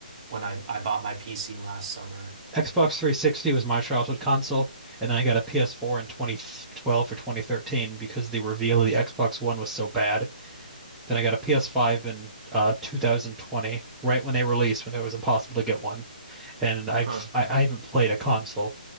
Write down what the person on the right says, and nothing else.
when I, I bought my PC last summer.
Huh.